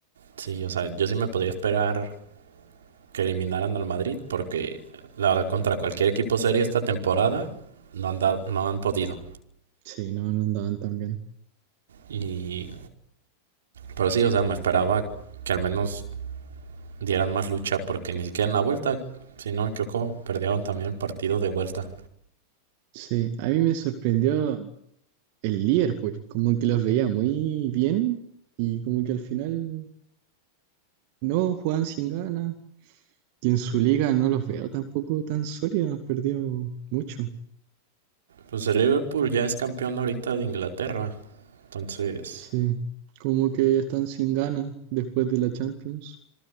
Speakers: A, on the right; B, on the right.
A: Sí, o sea, yo sí me podría esperar que eliminaran al Madrid porque la verdad contra cualquier equipo serio esta temporada no han, dado- no han podido.
B: Sí, no, no andaban tan bien.
A: Y pero sí, o sea, me esperaba que al menos dieran más lucha porque ni siquiera en la vuelta, si no me equivoco, perdieron también el partido de vuelta.
B: Sí, a mí me sorprendió el Liverpool, como que los veía muy bien y como que al final no jugaban sin ganas. Y en su liga no los veo tampoco tan sólidos, han perdido mucho.
A: Pues el Liverpool ya es campeón ahorita de Inglaterra. Entonces,
B: Sí, como que están sin ganas después de la Champions.